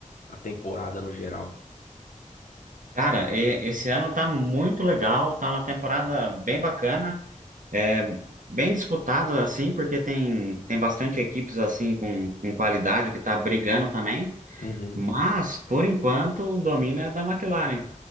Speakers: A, on the left; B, on the right.
A: a temporada no geral?
B: Cara, e- esse ano tá muito legal, tá uma temporada bem bacana, é bem disputada assim, porque tem, tem bastante equipes assim com, com qualidade que tá brigando também,
A: Uhum,
B: mas por enquanto domina é da McLaren.